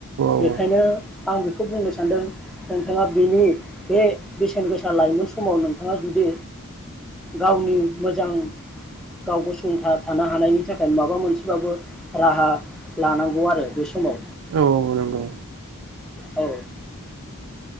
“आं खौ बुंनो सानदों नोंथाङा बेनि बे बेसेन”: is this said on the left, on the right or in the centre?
Centre